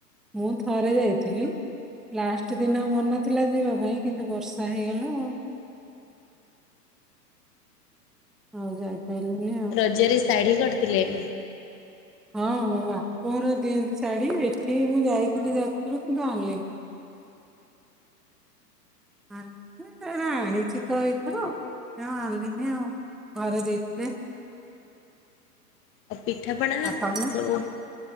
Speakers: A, in the centre; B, on the left.
A: ମୁଁ ଥରେ ଯାଇଥିଲି। ଲାଷ୍ଟ ଦିନ ମନ ଥିଲା ଯିବା ପାଇଁ କିନ୍ତୁ ବର୍ଷା ହେଇଗଲା ଆଉ। ଆଉ ଯାଇ ପାଇଲୁନି ଆଉ।
B: ରଜ ରେ ଶାଢୀ କରିଥିଲେ ନା।
A: ହଁ ମୋ ବାପ ଘର ଦିଅନ୍ତି ଶାଢୀ ଏଠି ମୁଁ ଯାଇଥିଲି ଯାଜପୁରୁ‌ କିନ୍ତୁ ଆଣିଲିନି। <unintelligible> ଏରା ଆଣିଛି ତ ଏଇଥିରୁ ଏ ଆଉ ଆଣିଲିନି ଆଉ ଘରେ ଦେଇଥିଲେ।
B: ଆଉ ପିଠାପଣା
A: ଆଉ ତମେ
B: ସବୁ।